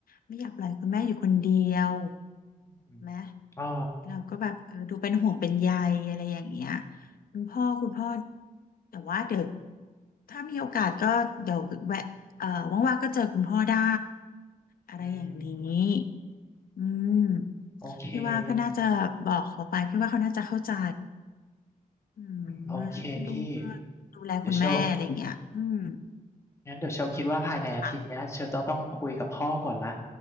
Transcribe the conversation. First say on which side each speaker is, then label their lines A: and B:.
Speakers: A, on the left; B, on the left.
A: ไม่อยากปล่อยคุณแม่อยู่คนเดียว
B: อม
A: ไหม
B: อ๋อ
A: เราก็แบบเออดูเป็นห่วงเป็นใยอะไรอย่างเงี้ยคุณพ่อคุณพ่อแต่ว่าเดี๋ยวถ้ามีโอกาสก็เดี๋ยวแวะเอ่อว่างๆก็เจอคุณพ่อได้อะไรอย่างนี้
B: อืม
A: อืม
B: โอเคแต่
A: พี่ว่าก็น่าจะบอกเขาไปพี่ว่าเขาน่าจะเข้าใจอืมว่าลูกก็ดูแลคุณแม่อะไรอย่างเงี้ยอืม
B: อืมโอเคพี่เดี๋ยวเชลงั้นเดี๋ยวเชลคิดว่าภายในอาทิตย์เนี้ยเชลต้องต้องคุยกับพ่อก่อนละ
A: ค่ะ